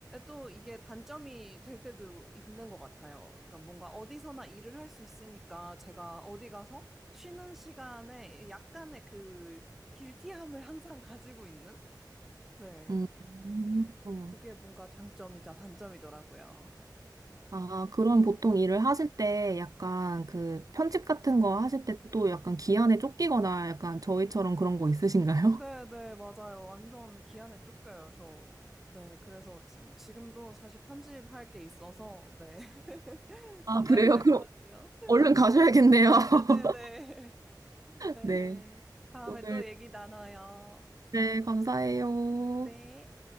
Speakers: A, in the centre; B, on the right.
A: 또 이게 단점이 될 때도 있는 것 같아요. 그러니까 뭔가 어디서나 일을 할 수 있으니까 제가 어디 가서 쉬는 시간에 약간의 그 길티함을 <laughs> 항상 가지고 있는 네,
B: 음. 어.
A: 그게 뭔가 장점이자 단점이더라고요.
B: 아, 그럼 보통 일을 하실 때 약간 그 편집 같은 거 하실 때 또 약간 기한에 쫓기거나 약간 저희처럼 그런 거 있으신가요?
A: 네, 네, 맞아요. 완전 기한에 쫓겨요, 저. 네, 그래서 지- 지금도 사실 편집할 게 있어서, 네, <laughs>
B: <laughs> 아,
A: 가봐야
B: 그래요?
A: 될
B: 그럼
A: 것 같아요. <laughs>
B: 얼른 가셔야겠네요. <laughs>
A: 네, 네, 네. 네,
B: 네.
A: 다음에
B: 오늘,
A: 또 얘기 나눠요.
B: 네, 감사해요.
A: 네.